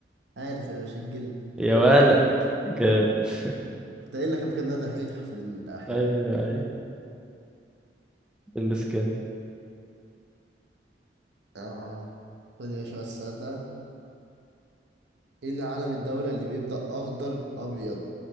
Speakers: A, on the right; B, in the centre.
A: عارف يا باشا الجلد
B: يا ولد جامد <laughs>
A: ده قايل لك قبل كده إن أنا دحيح في الاحياء
B: ايوه ايوه السكن
A: آه خد يا باشا بقى السؤال ده ايه اللي علم الدولة اللي بيبدأ أخضر أبيض